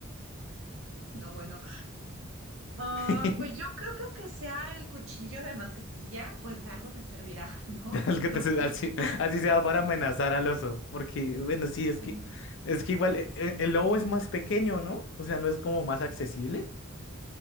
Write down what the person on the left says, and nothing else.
<laughs>
<laughs> El
que te, se- así, así sea para amenazar al oso, porque bueno, sí, es
que es que igual e- e- el, lobo es más pequeño, ¿no? O sea, no es como más accesible.